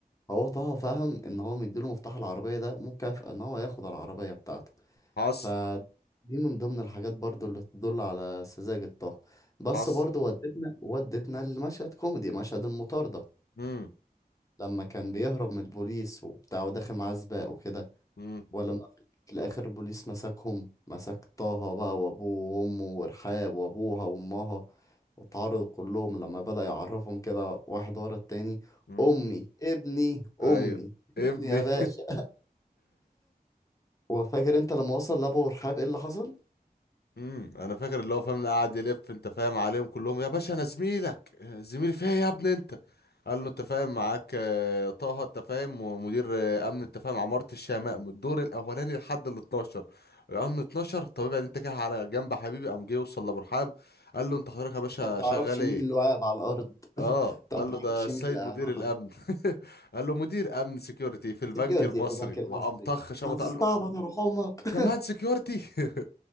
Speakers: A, on the left; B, on the left.
A: هو طه فهم ان هو مديله مفتاح العربية ده مكافأة ان هو هياخد العربية بتاعته
B: حصل
A: فدي من ضمن الحاجات برضو اللي تدل على سذاجة طه بس
B: حصل
A: برضو ودتنا ودتنا لمشهد كوميدي مشهد المطاردة
B: مم.
A: لما كان بيهرب من البوليس وبتاع وداخل معاه سباق وكده
B: مم.
A: ولا ما في الاخر البوليس مسكهم مسك طه بقى وابوه وامه ورحاب وابوها وامها واتعرضوا كلهم لما بدأ يعرفهم كده واحد ورا التاني
B: مم.
A: امي ابني امي
B: ايوه ابني
A: ابني يا باشا وفاكر انت لما وصل لابو رحاب ايه اللي حصل
B: امم انا فاكر اللي هو فاهم اللي قاعد يلف انت فاهم عليهم كلهم يا باشا انا زميلك آه، زميلي فيا يا ابني انت قال له انت فاهم معاك آه، طه انت فاهم ومدير آه، امن انت فاهم عمارة الشماء من الدور الاولاني لحد ال 12 قال له 12 طب ابعد انت كده على جنب يا حبيبي قام جه وصل لابو رحاب قال له انت حضرتك يا باشا
A: انت متعرفش
B: شغال
A: مين
B: ايه
A: اللي قاعد على الارض
B: اه
A: انت
B: قال
A: متعرفش
B: له ده السيد
A: مين اللي قاعد
B: مدير
A: على
B: الامن
A: الارض
B: <laughs> قال له مدير امن سكيورتي في البنك
A: سكيورتي
B: المصري
A: في البنك المصري
B: وقام طخ شمط
A: هتستعبط
B: قال له
A: يا روح امك <laughs>
B: كمان سكيورتي <laughs>